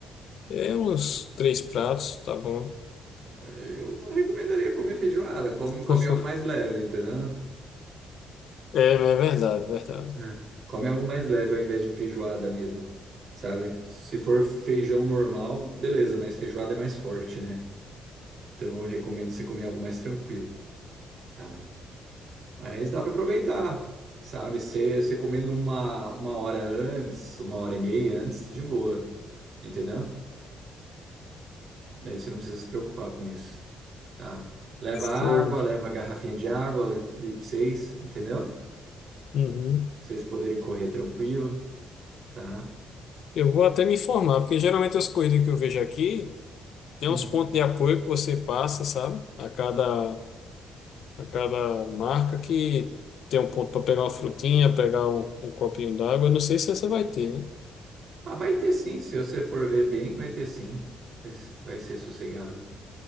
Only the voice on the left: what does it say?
É uns três pratos, tá bom.
<laughs>
É, não é verdade, verdade.
Show.
Uhum.
Eu vou até me informar, porque geralmente as corridas que eu vejo aqui tem
uns pontos de apoio que você passa, sabe? A cada, a cada marca que tem um ponto para pegar uma frutinha, pegar um, um copinho d'água. Eu Não sei se essa vai ter, né?